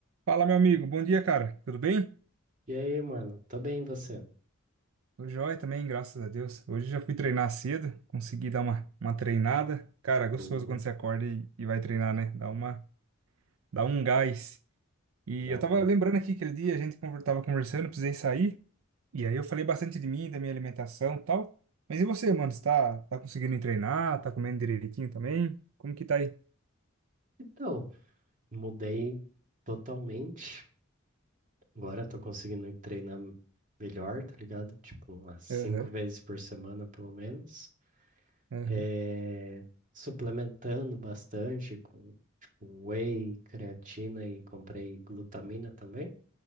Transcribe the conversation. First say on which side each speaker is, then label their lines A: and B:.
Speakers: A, on the right (about 80°); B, on the right (about 40°).
A: Fala, meu amigo. Bom dia, cara. Tudo bem?
B: E aí, mano? Tô bem, e você?
A: Tô joia também, graças a Deus. Hoje já fui treinar cedo, consegui dar uma, uma treinada. Cara, gostoso
B: Boa.
A: quando você acorda e, e vai treinar, né? Dá uma, dá um gás. E
B: Dá
A: eu
B: um.
A: tava lembrando aqui aquele dia, a gente conver- tava conversando, precisei sair. E aí eu falei bastante de mim, da minha alimentação e tal. Mas e você, mano? Você tá, tá conseguindo treinar? Tá comendo direitinho também? Como que tá aí?
B: Então, mudei totalmente. Agora eu tô conseguindo ir treinar melhor, tá ligado? Tipo, umas cinco
A: Aham,
B: vezes por semana, pelo menos.
A: aham,
B: É... Suplementando bastante com tipo, whey, creatina e comprei glutamina também.